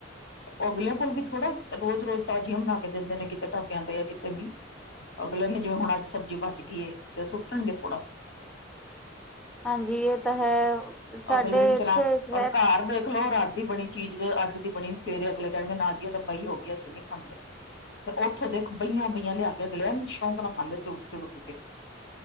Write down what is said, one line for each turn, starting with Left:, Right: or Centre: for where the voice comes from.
Left: ਅਗਲਿਆਂ ਕੋਲ ਵੀ ਥੋੜਾ, ਰੋਜ਼-ਰੋਜ਼ ਤਾਜ਼ੀਆਂ ਬਣਾ ਕੇ ਦਿੰਦੇ ਨੇ, ਕਿਤੇ ਢਾਬਿਆਂ ਤੇ ਯਾਂ ਕਿਤੇ ਵੀ। ਅਗਲੇਆਂ ਨੇ, ਜਿਵੇਂ ਹੁਣ ਅੱਜ ਸਬਜ਼ੀ ਬਚ ਗਈ ਏ, ਤੇ ਸੁੱਟਣਗੇ ਥੋੜਾ।
Centre: ਹਾਂਜੀ, ਇਹ ਤਾਂ ਹੈ ਸਾਡੇ
Left: ਅਗਲੇ ਦਿਨ ਚਲਾ
Centre: ਇੱਥੇ
Left: ਔਰ
Centre: ਹੈ।
Left: ਘਰ ਦੇਖ ਲੋ, ਰਾਤ ਦੀ ਬਣੀ ਚੀਜ਼, ਅੱਜ ਦੀ ਬਣੀ ਸਵੇਰੇ ਅਗਲੇ ਕਹਿਣਗੇ, ਨਾ ਜੀ ਆ ਤਾਂ ਬਹੀ ਹੋ ਗਈ ਅਸੀਂ ਨੀ ਖਾਂਦੇ। ਤੇ ਉੱਥੋਂ ਦੇਖੋ ਬਹੀਆਂ-ਬਈਆਂ ਲਿਆ ਕੇ। ਅਗਲਿਆ ਸ਼ੌਂਕ ਨਾ ਖਾਂਦੇ ਸੁੜਕ-ਸੁੁੜਕ ਕੇ।